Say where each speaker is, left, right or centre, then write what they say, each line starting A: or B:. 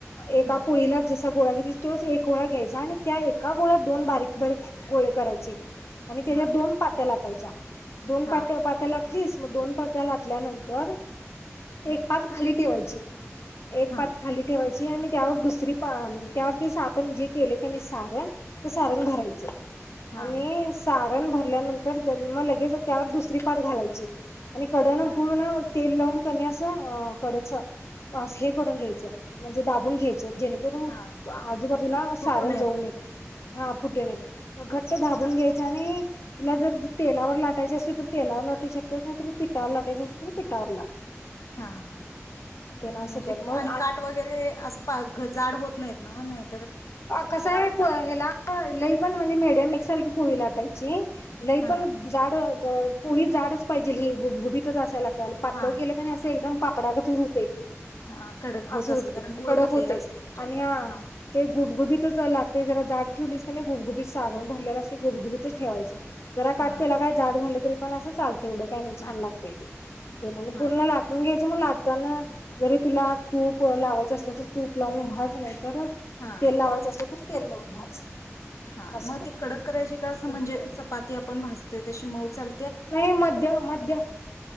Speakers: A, on the left; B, on the left.
A: एका
B: हा
A: पोळीला जसा गोळा घेतीस. त्योच एक. गोळा घ्यायचा आणि त्या एका गोळ्यात दोन बारीक बारीक गोळे करायचे. आणि तेज्या
B: हा
A: दोन पात्या लाटायच्या. दोन
B: हा
A: पात्या पात्या लाटलीस. मग दोन पात्या लाटल्यानंतर एक
B: हा
A: पात खाली ठेवायची. एक
B: हा
A: पात खाली ठेवायची आणि त्यावर दुसरी पा त्यावरती सां आपण जे केलय. आणि सारण ते सारण भरायचं
B: हा
A: आणि सारण भरा त्यानंतर मग लगेच त्यावर दुसरी पात घालायची. आणि कडेन
B: हा
A: पूर्ण तेल लावून त्यांनी अस कडच हे करून घ्यायच म्हणजे दाबून घ्यायचं. जेणेकरून
B: हा
A: आजूबाजूला सारण
B: फुटू
A: जाऊ
B: म्हणून
A: नये हा फुटू नये घट्ट धाबून
B: हा.
A: घ्यायच आणि तुला जर तेलावर लाटायच असल तर तेलावर लाटू शकत्यास नाहीतर पिठावर लाटायचं असल तर पिठावर लाट.
B: हा ह
A: तेला असं
B: म्हणजे
A: कर मग
B: आणि काट वगैरे असं जाड होत नाहीत नव नाही.
A: कस आहे हेला लईच. पण म्हणजे मिडीयम एकसारखी पोळी लाटायची. नाही
B: हा
A: पण जाड. हो पोळी जाडच पाहिजे ही गुबगुबीत असायला पाहिजे पातळ
B: हा.
A: केलं अस एकदम <unintelligible>
B: हा कडक
A: असं
B: होत असल
A: होते
B: कारण गुळ
A: कडक
B: घातलेलं
A: होते
B: असतय त्याच्यात
A: आणि हा ते गुबगुबीतच लागतंय जरा जाड ठेवलीस कणी गुबगुबीत सारण भरलेलं असतंय गुबगुबीत ठेवायचं. जरा
B: हा
A: काट केला
B: हा
A: काय जाड झालं. तरी पण अस चालतंय. तेवढं काही नाही
B: चाल
A: छान लागतय ते म
B: हा
A: पूर्ण
B: हा.
A: लाटून घ्यायचं मग ला त्यांना जरी तुला तूप लावायचं असल्याचं तूप लावून भाज नाहीतर
B: हा.
A: तेल लावायचं असेल तर तेल लाव. भाज.
B: हा
A: असं
B: मग ती कडक करायची का असं
A: कर
B: म्हणजे चपाती आपण भाजतोय तशी मऊ चल.
A: नाही मध्य मध्य